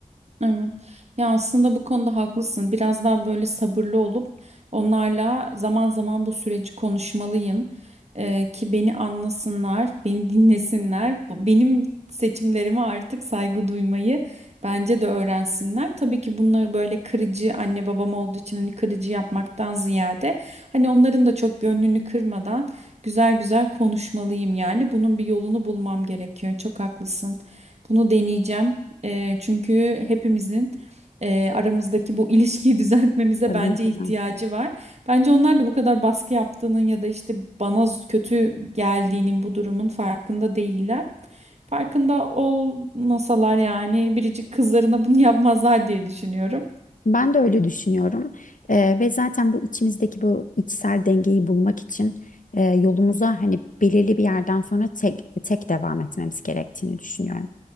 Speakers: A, on the right (about 50°); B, on the left (about 65°).
A: Evet. Ya aslında bu konuda haklısın. Biraz daha böyle sabırlı olup onlarla zaman zaman bu süreci konuşmalıyım. Ee, ki beni anlasınlar, beni dinlesinler. Bu- Benim seçimlerime artık saygı duymayı bence de öğrensinler. Tabii ki bunları böyle kırıcı anne babam olduğu için hani kırıcı yapmaktan ziyade hani onların da çok gönlünü kırmadan güzel güzel konuşmalıyım yani. Bunun bir yolunu bulmam gerekiyor. Çok haklısın. Bunu deneyeceğim. Eee, çünkü hepimizin eee, aramızdaki bu ilişkiyi <laughs> düzeltmemize
B: Tabii
A: bence
B: ki
A: ihtiyacı
B: de.
A: var. Bence onlar da bu kadar baskı yaptığının ya da işte bana z- kötü geldiğinin bu durumun farkında değiller. Farkında olmasalar yani biricik kızlarına bunu <laughs> yapmazlar diye düşünüyorum.
B: Ben de öyle düşünüyorum Eee, ve zaten bu içimizdeki bu içsel dengeyi bulmak için eee, yolumuza hani belirli bir yerden sonra tek tek devam etmemiz gerektiğini düşünüyorum.